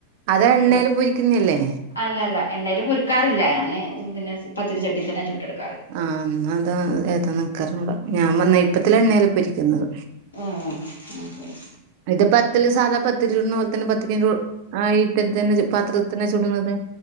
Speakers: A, on the right; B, on the left.
A: അത് എണ്ണയിൽ
B: ഒരു
A: പൊരിക്കുന്നേല്ലേ
B: അല്ലല്ല എണ്ണല് പൊരിക്കാറില്ല ഞാന് ഇങ്ങെ പത്തിരി ചട്ടിയിൽ തന്നെ ചുട്ടെടുക്കാറ്
A: ആഹ് എന്നാ അതാ ഏതാ നിക്കറിഞ്ഞൂട ഞാൻ നെയപ്പത്തില് എണ്ണല പൊരിക്കുന്നത്
B: ഏഹ് ആഹ് ശരി
A: ഇത് പത്തല് സാധാ പത്തിരി ചുടുന്ന പോലെ തന്നെ പത്തിരിൻ്റെ കു ഇതന്നെ പാത്രത്തിന് ചുടുന്നത്